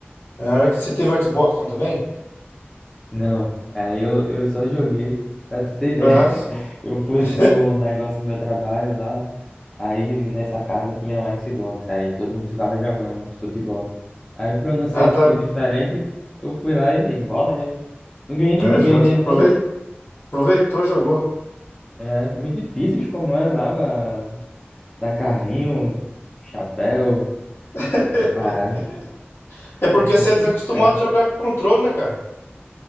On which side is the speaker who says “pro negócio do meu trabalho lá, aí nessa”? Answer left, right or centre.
Left